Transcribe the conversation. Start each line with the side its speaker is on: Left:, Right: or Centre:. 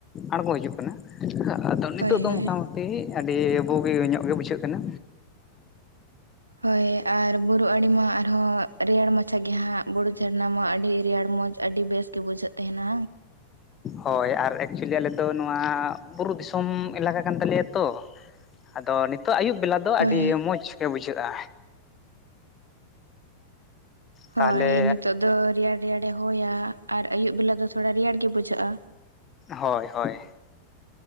Left: ᱟᱲᱜᱚ ᱦᱤᱡᱩᱜ ᱠᱟᱱᱟ᱾ ᱟᱫᱚ ᱱᱤᱛᱚᱜ
Right: ᱦᱳᱭ
Left: ᱫᱚ
Right: ᱦᱳᱭ
Left: ᱢᱚᱴᱟ ᱢᱩᱴᱤ ᱟᱹᱰᱤ ᱵᱩᱜᱤ ᱧᱚᱜ ᱜᱮ ᱵᱩᱡᱷᱟᱹᱜ ᱠᱟᱱᱟ᱾
Right: ᱦᱳᱭ ᱟᱨ ᱵᱩᱨᱩ ᱟᱲᱮ ᱢᱟ ᱟᱨᱦᱚᱸ ᱨᱮᱭᱟᱲ ᱢᱟᱪᱷᱟ ᱜᱮ ᱦᱟᱸᱜ ᱵᱩᱨᱩ ᱡᱷᱟᱨᱱᱟ ᱢᱟ ᱟᱹᱰᱤ ᱨᱮᱭᱟᱲ ᱢᱚᱡᱽᱼᱼ ᱟᱹᱰᱤ ᱵᱮᱥ ᱜᱮ ᱵᱩᱡᱷᱟᱹᱜ ᱛᱟᱦᱮᱱᱟ
Left: ᱦᱳᱭ ᱟᱨ ᱮᱠᱪᱩᱭᱮᱞᱤ ᱟᱞᱮ ᱫᱚ ᱱᱚᱣᱟ ᱵᱩᱨᱩ ᱫᱤᱥᱚᱢ ᱮᱞᱟᱠᱟ ᱠᱟᱱ ᱛᱟᱞᱮᱭᱟ ᱛᱚ, ᱟᱫᱚ ᱱᱤᱛᱚᱜ ᱟᱹ ᱟᱭᱩᱵ ᱵᱮᱞᱟ ᱫᱚᱼᱼ ᱛᱚ
Right: ᱦᱳᱭ
Left: ᱟᱹᱰᱤ ᱢᱚᱡᱽ ᱜᱮ ᱵᱩᱡᱷᱟᱹᱜᱼᱟ᱾ ᱛᱟᱦᱚᱞᱮ
Right: ᱦᱳᱭ ᱱᱤᱛᱚᱜ ᱫᱚ ᱨᱮᱭᱟᱲ ᱨᱮᱭᱟᱲᱮ ᱦᱚᱭᱟ ᱟᱨ ᱟᱹᱭᱩᱵ ᱵᱮᱞᱟ ᱫᱚ ᱛᱷᱚᱲᱟ ᱨᱮᱭᱟᱲ ᱜᱮ ᱵᱩᱡᱷᱟᱹᱜᱼᱟ᱾
Left: ᱦᱳᱭ ᱦᱳᱭ